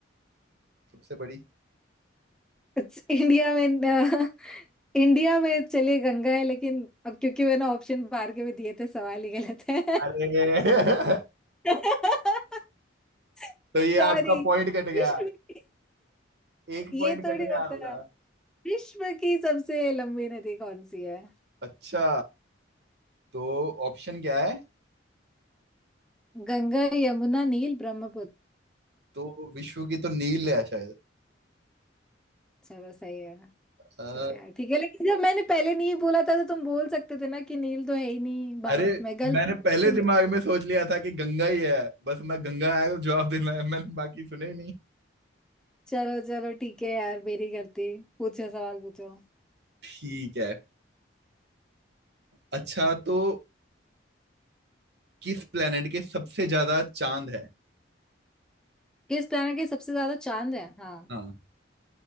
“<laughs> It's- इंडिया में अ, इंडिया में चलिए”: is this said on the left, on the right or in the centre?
Centre